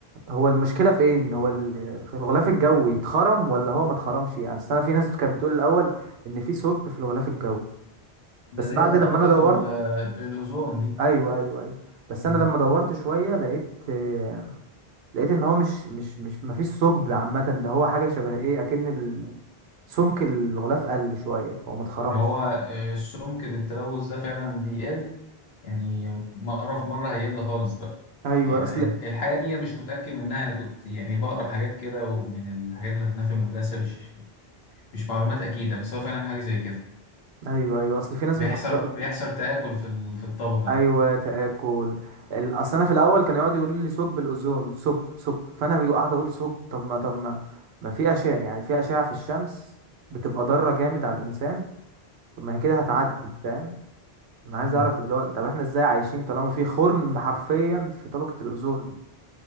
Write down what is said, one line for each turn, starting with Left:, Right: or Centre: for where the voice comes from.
Right: هو المشكلة فين هو ال... في الغلاف الجوي اتخرم ولا هو ما اتخرمش يعني أصل انا في ناس كانت بتقول الاول ان في ثقب في الغلاف الجوي
Left: ده
Right: بس
Left: اللي
Right: بعد
Left: هي
Right: لما
Left: طبقة
Right: انا دورت
Left: ال- الأوزون دي
Right: ايوه ايوه ايوه بس
Left: مم.
Right: انا لما دورت شوية لقيت آه، لقيت ان هو مش مش مش مفيش ثقب عامه ده هو حاجه شبه ايه اكن ال- سمك الغلاف قل شويه هو ما اتخرمش
Left: هو آه، السمك بالتلوث ده فعلا بيقل يعني مرة في مرة هيقل خالص بقى
Right: ايوه
Left: يعني
Right: اصل
Left: ال- الحاجة دي أنا مش متأكد منها أنا كنت يعني بقرأ حاجات كده ومن الحاجات اللي خدناها في المدرسة مش مش معلومات أكيدة بس هو فعلا حاجة زي كده
Right: ايوه ايوه اصل في ناس
Left: بيحصل
Right: مفكره
Left: بيحصل تآكل في ال- في الطبقة
Right: ايوه
Left: دي
Right: تاكل ال- اصل انا في الاول كان يقعد يقول لي ثقب الاوزون ثقب ثقب فانا قاعد اقول ثقب طب ما طب ما ما في اشعه يعني في اشعه في الشمس بتبقى ضاره جامد على الانسان طب ما هي كده هتعدي فاهم انا عايز
Left: مم.
Right: اعرف اللي هو طب احنا ازاي عايشين طالما في خرم حرفيا في طبقه الاوزون